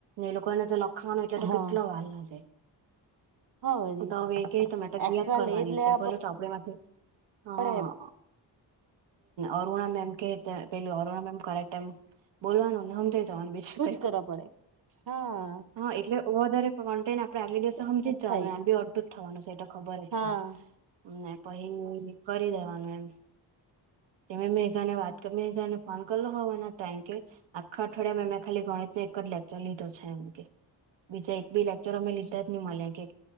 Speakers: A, on the right; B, on the right.
A: એ લોકો એને તો લખાવાનો એટલે તો
B: હા
A: કેટલો વા ર લાગે.
B: હા વરી
A: તો હવે ક તમે ગયા
B: એક્સ્ટ્રા
A: જ કરવાની
B: લેજ લેવા
A: હશે ભોલો તો આપણે માંથી હા
B: પડે
A: અરુણ મેમ કે પેલું અરુણ મેમ કરેક એમ બોલવાનુંને સમમ તો બીજું ક
B: ઉતર પડે હા
A: હા એટલે ઓ વધારે કોન્ટન્ટ આપ અગલે દિવસે
B: એમ
A: સમજી
B: જ
A: જવાનું
B: થાય
A: આમ બી અડુંટ થવાનું એ તો ખબર જ
B: હા
A: છે. ને પછી કરી દેવાનું એમ તમે મેં મેગાને વાત કરી મેને ફોન કરલો હોવાના કારમ કે આખા અઠવાડિયામાં મેં ખાલી ગણિતને એક જ લેક્ચર લીધો છે એમ કે બીજા એકી લેક્ચર હમે લીતા જ ન મળે કે